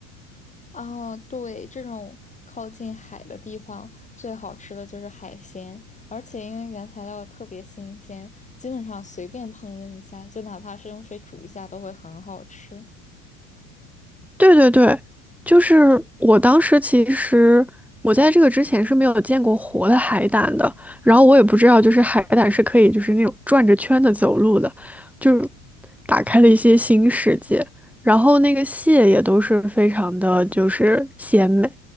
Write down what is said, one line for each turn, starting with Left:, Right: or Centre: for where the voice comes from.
Left: 哦，对，这种靠近海的地方，最好吃的就是海鲜，而且因为原材料特别新鲜，基本上随便烹饪一下，就哪怕是用水煮一下，都会很好吃。
Centre: 对对对，就是我当时其实我在这个之前是没有见过活的海胆的，然后我也不知道就是海胆是可以就是那种转着圈的走路的，就是打开了一些新世界。然后那个蟹也都是非常的就是鲜美，